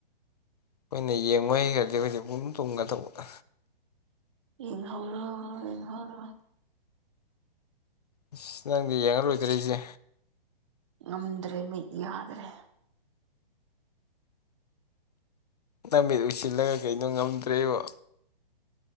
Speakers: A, on the left; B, on the right.
A: ꯑꯩꯈꯣꯏꯅ ꯌꯦꯡꯕ ꯍꯩꯈ꯭ꯔꯗꯤ ꯑꯩꯈꯣꯏꯁꯦ ꯄꯨꯝ ꯇꯨꯝꯒ ꯇꯧꯕꯗ
B: ꯏꯍꯔꯣ ꯏꯍꯔꯣ
A: ꯑꯁ ꯅꯪꯗꯤ ꯌꯦꯡꯉꯔꯣꯏꯗ꯭ꯔꯔꯤꯁꯦ
B: ꯉꯝꯗ꯭ꯔꯦ ꯃꯤꯠ ꯌꯥꯗ꯭ꯔꯦ
A: ꯅꯨꯃꯤꯠ ꯎꯏꯁꯤꯜꯂꯒ ꯀꯩꯅꯣ ꯉꯝꯗ꯭ꯔꯦꯕ